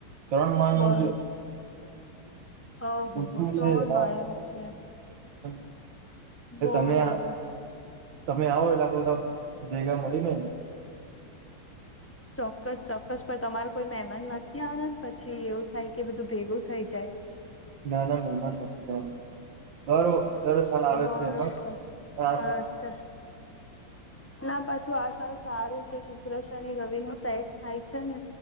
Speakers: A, on the right; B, on the left.
A: ત્રણ માળનું
B: બોલો
A: છે
B: ઓહો
A: ઊંચું
B: હો,
A: છે
B: ત્રણ
A: હા
B: માળ્યો છે.
A: એટલે
B: બરોબર
A: તમે તમે આવો એટલે આ બધા જેગા મળી ને
B: ચોક્કસ ચોક્કસ પણ તમારો કોઈ મહેમાન નથી આનંદ પછી એવું થાય કે બધું ભેગું થઈ જાય
A: ના ના મહેમાન નથી. આવવા બરો દર સાલ આવે
B: બરોબર
A: છે. એમાં ચ
B: અચ્છા ના પાછું આ સલ સારું છે. શુભ્રશની રવિની સેટ થાય છેને